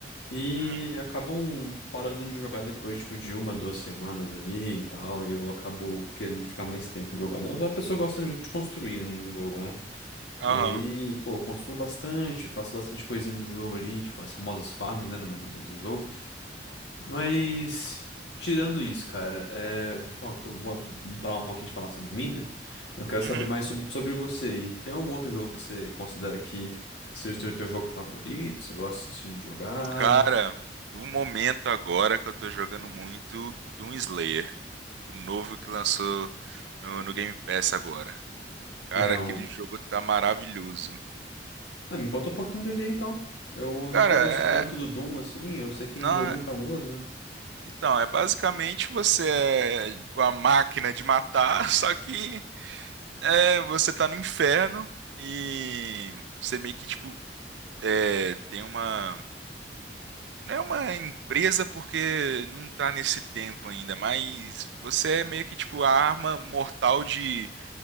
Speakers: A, on the left; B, on the right.
A: e
B: Uhum.
A: acabam parando de jogar depois, tipo, de uma, duas semanas ali e tal, e eu acabo querendo ficar mais tempo jogando. Eu sou uma pessoa que gosta muito de construir, né, no jogo, né?
B: Aham.
A: E aí, pô, eu construo bastante, faço bastante coisinha no jogo ali, tipo, as famosas farms, né, do, do, do jogo. Mas, tirando isso, cara, é, vou falar, tô- vou vamos parar um pouquinho de falar sobre mim, né? Eu quero saber
B: Uhum.
A: mais sobre, sobre você aí. Tem algum outro jogo que você considera que seja o teu, teu jogo favorito? Você gosta assim, de jogar?
B: Cara, um momento agora que eu tô jogando muito Doom Slayer, o novo que lançou no, no Game Pass agora. Cara,
A: É
B: aquele
A: um...
B: jogo tá maravilhoso.
A: Ah, me conta um pouquinho dele aí, então. Eu
B: Cara,
A: não conheço tanto
B: é,
A: do Doom, assim, eu sei que ele
B: na-
A: é um jogo bem famoso, né?
B: então, é basicamente você é uma máquina de matar, <laughs> só que é, você tá no inferno e você meio que, tipo, é, tem uma não É uma empresa porque não tá nesse tempo ainda, mas você é meio que tipo a arma mortal de,